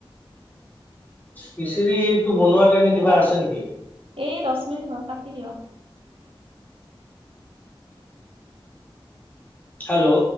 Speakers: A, on the left; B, on the right.
A: খিচিৰিটো বনোৱাৰ কাৰণে কিবা আছে নেকি?
B: এই দহ মিনিত হ'ল, কাটি দিয়ক।
A: হেল্ল'?